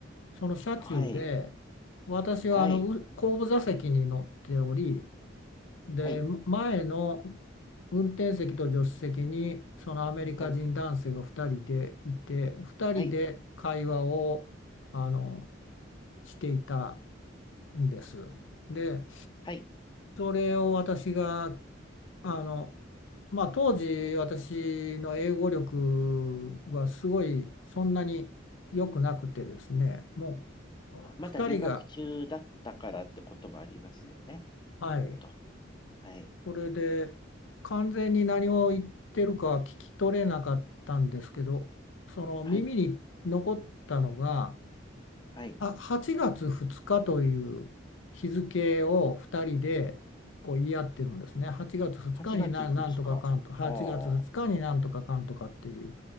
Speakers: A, on the left; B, on the left.
A: その車中で、
B: はい。
A: 私はあの、
B: はい。
A: う後部座席に乗っており、で、
B: はい。
A: ま前の運転席と助手席にそのアメリカ人男性が2人でいて、
B: はい。
A: 2人で会話をあの
B: はい。
A: していたんです。で、
B: はい。
A: それを私が、あの、まあ、当時私の英語力はすごいそんなに良くなくてですね、もう2人が、
B: あまだ留学中だったからってこともありますよね。
A: はい、
B: なるほど。はい。
A: それで完全に何を言ってるかは聞き取れなかったんですけどその耳に残ったのが
B: はい。はい。
A: あ8月2日という日付を2人でこう言い合ってるんですね8月2日にななんとかかんと8月2日になんとかかんとかっていう
B: 8月2日。ああ。